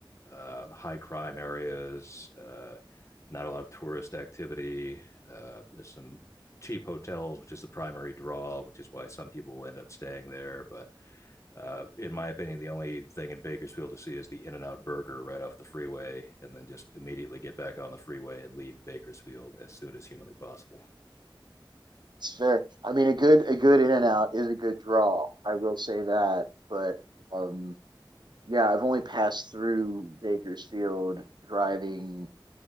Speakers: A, on the left; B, on the right.
A: uh, high crime areas, uh, not a lot of tourist activity. Uh, there's some cheap hotels, which is the primary draw, which is why some people end up staying there. But uh, in my opinion, the only thing in Bakersfield to see is the In n Out Burger right off the freeway, and then just immediately get back on the freeway and leave Bakersfield as soon as humanly possible.
B: It's fair. I mean, a good a good in and out is a good draw. I will say that, but um, yeah, I've only passed through Bakersfield driving